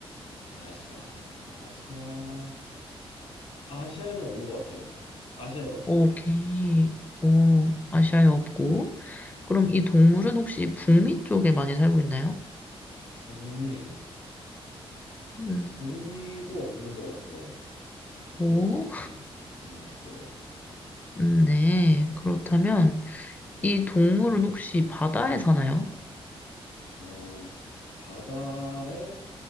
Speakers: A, on the left; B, on the left.
A: 아시아, 아시아, 아시아에는 없는 것 같아요. 아시아에는 없어요.
B: 오케이. 오, 아시아에 없고. 그럼 이 동물은 혹시 북미 쪽에 많이 살고 있나요?
A: 북미,
B: 음.
A: 북미도 없는 것 같아요. 북미
B: 오,
A: 없어요. 북미 없어요.
B: 음, 네. 그렇다면 이 동물은 혹시 바다에 사나요?
A: 어, 바다에